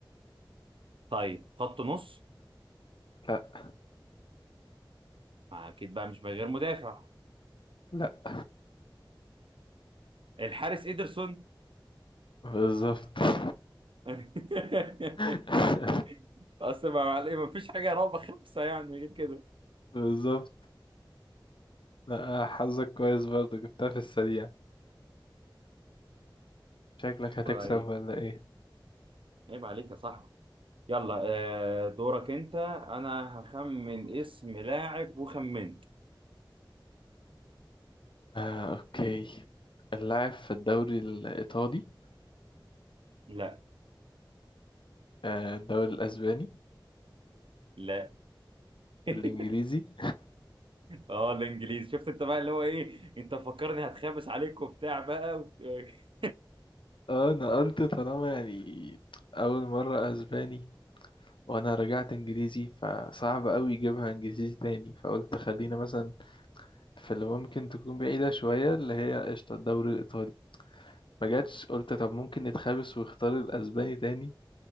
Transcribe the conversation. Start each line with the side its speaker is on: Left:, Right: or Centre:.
Right: طيب خط نص
Left: لا
Right: ما أكيد بقى مش غير مدافع
Left: لا
Right: الحارس إيدرسون
Left: بالظبط
Right: <laughs>
Left: <laughs>
Right: اصل ما مع ما فيش حاجه رابعه خمسه يعني غير كده
Left: بالظبط لا حظك كويس برضه جبتها في السريع شكلك هتكسب
Right: طيب
Left: ولا ايه
Right: عيب عليك يا صاحبي يلا آه، دورك انت انا هخمن اسم لاعب وخمنت
Left: آه اوكي اللاعب في الدوري الايطالي
Right: لا
Left: آه الدوري الاسباني
Right: لا <laughs>
Left: الانجليزي <laughs>
Right: اه الانجليزي شفت انت بقى اللي هو ايه انت فكرني هتخابس عليك وبتاع بقى و... <laughs>
Left: اه انا قلت طالما يعني اول مرة اسباني وانا رجعت انجليزي فصعب قوي يجيبها انجليزي تاني فقلت خلينا مثلا في اللي ممكن تكون بعيدة شوية اللي هي قشطة الدوري الايطالي ما جاتش قلت طب ممكن نتخابس واختار الاسباني تاني